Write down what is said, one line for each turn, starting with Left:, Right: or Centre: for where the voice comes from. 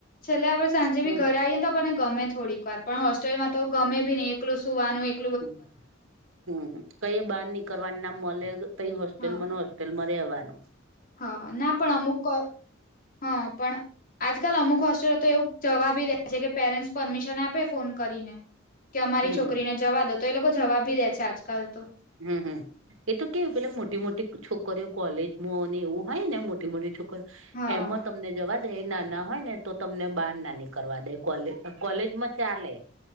Left: છેલ્લે આપડે સાંજે
Right: હમ
Left: ભી ઘરે આવીઈએ તો આપને ગમે થોડીક વાર પણ હો ટેલ માં તો ગમે ભી નીએકલું સુવાનું એક
Right: હમ્મ, હમ્મ હમ્મ, કઈ બહાર નીકળવાની નામ મલે કઈ હોસ્ટેલમાં
Left: હા
Right: નહિ તેલ મા રેવાનું.
Left: હા ના પણ અમુક, હા પણ આજકાલ અમુક હોસ્ટેલો તો એવું જવાબી રહે છે કે પેરેન્ટ્સ પરમિશન આપે ફોન કરીને. કે અમારી
Right: હમ
Left: છોકરીને જવા દો તો એ લોકો જવા ભી દે છે આજકાલ તો.
Right: હમ્મ હમ્મ. એ તો કેવ પેલે મોટી મોટી છોકરીઓ કોલેજમાંને એવું હોય ને મોટી મોટી છોકરી
Left: હા
Right: એમાં તમને જવા દે નાના હોય ને તો તમને બહાર ના નીકરવા દે કોલે કોલેજ માં ચાલે.